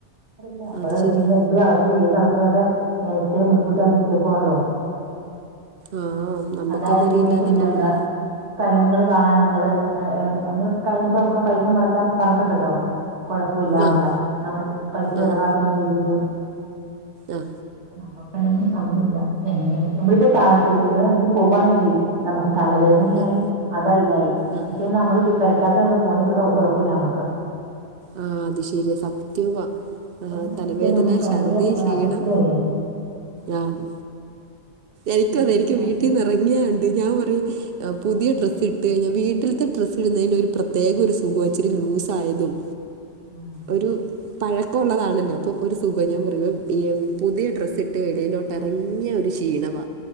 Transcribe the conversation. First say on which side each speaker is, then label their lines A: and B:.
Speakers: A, on the right; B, on the right.
A: നമ്മള്
B: അത് ശരിയാ
A: ഇനി എന്തു നടക്കും ഏത് നടക്കുന്നൊക്കെ നേരത്തെ മുൻകൂട്ടി അറിഞ്ഞച്ചേക്കുവാണല്ലോ
B: ആഹ് നമ്മക്കതറിയില്ലാന്നല്ലേ
A: അതായിരിക്കും <unintelligible>
B: ഉള്ളൂ
A: സ്ഥലങ്ങള് കാണാൻ നിങ്ങള് അന് കഴിയ്ണൊക്കെ നമുക്ക് പൈസ മുടക്കാൻ പറഞ്ഞിട്ടുണ്ടല്ലോ കൊഴപ്പോല്ലാന്ന്ള്ളേ
B: ആഹ്
A: നമ്മള് പൈസ ചെലവാക്കുന്ന
B: ആഹ്
A: രീതിയിലും
B: ആഹ്
A: നമ്മുക്ക് അതിനൊന്നും സമയമില്ല എങ്ങനെ നമ്മളിപ്പോ എങ്ങെ ഇറങ്ങി പോകാണെ ശെരി നമുക്ക് തലവേദ പനിയിയി
B: ആഹ്
A: അതായി ഇതായി
B: ആഹ്
A: പക്ഷെ നമ്മള് പെരക്കകത്തിരുന്ന് ഫോൺ നീക്കുന്നെ ഒരു കുഴപ്പമില്ല നമ്മുക്ക്
B: ആ അത് ശരിയാ സത്യവാ ആ
A: ഒന്ന് ഇറങ്ങിയിട്ട്
B: തലവേദന
A: നമുക്ക് ഭയങ്കര
B: ഛർദി
A: ഒരു
B: ക്ഷീണം
A: അസ്വസ്ഥതയല്ലേ
B: ആഹ് എനിക്കതെ
A: ഭയങ്കര
B: എനിക്ക് വീട്ടീന്നിറങ്ങിയാണ്ട്
A: അസ്വസ്ഥത
B: ഞാൻ പറയും പുതിയ
A: ആഹ്
B: ഡ്രസ്സ് ഇട്ട് കയിഞാ വീട്ട വീട്ടില്ത്തെ ഡ്രസ് ഇടുന്നതിന് ഒരു പ്രത്യേക ഒരു സുഖ ഇച്ചിരി ലൂസായതും
A: ആഹ്
B: ഒരു പഴക്കോള്ളതാണല്ലോ അപ്പം ഒരു സുഖം ഞാൻ
A: ആഹ്
B: പറയും ഈ പുതിയ ഡ്രസ്സ് ഇട്ട് വെളിയിലോട്ട് ഇറങ്ങിയ ഒരു ക്ഷീണവ